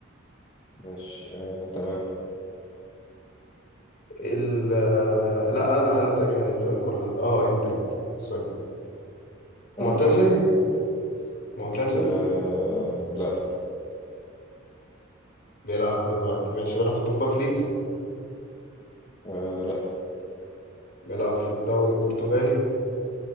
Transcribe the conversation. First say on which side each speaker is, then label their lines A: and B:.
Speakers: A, on the left; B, on the left.
A: ماشي آه تمام
B: ال آه، لا انا انا تقريبا اللي بك ولا اه انت انت سوري
A: أنا
B: معتزل
A: اخترت كده كده تمام
B: معتزل
A: آه لا
B: بيلعب دلوقتي ماشي بيلعب في التوب فايف ليجز
A: آه لا
B: بيلعب في الدوري البرتغالي